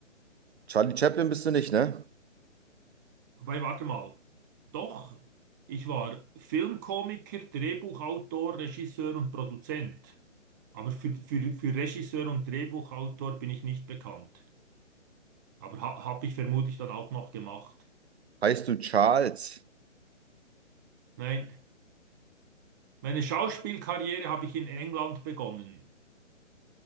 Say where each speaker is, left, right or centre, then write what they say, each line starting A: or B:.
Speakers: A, on the right (about 55°); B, on the right (about 15°).
A: Charlie Chaplin bist du nicht, ne?
B: Wobei, warte mal. Doch, ich war Filmkomiker, Drehbuchautor, Regisseur und Produzent. Aber für, für, für Regisseur und Drehbuchautor bin ich nicht bekannt. Aber ha habe ich vermutlich dann auch noch gemacht.
A: Heißt du Charles?
B: Nein, meine Schauspielkarriere habe ich in England begonnen.